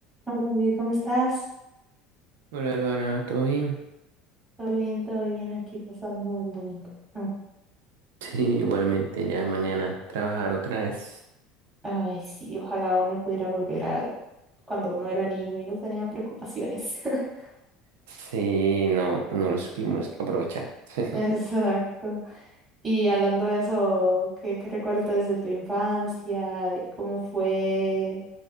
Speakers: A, on the right; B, on the right.
A: Hola, David, ¿cómo estás?
B: Hola, Luana, ¿todo bien?
A: Todo bien, todo bien, aquí pasando el domingo. Mm.
B: Sí, igualmente, ya mañana trabajar otra vez.
A: Ay, sí, ojalá uno pudiera volver a cuando uno era niño y no tenía preocupaciones. <laughs>
B: Sí, no, no lo supimos aprovechar. <laughs>
A: Exacto. Y hablando de eso, ¿qué, qué recuerdas de tu infancia? ¿Cómo fue?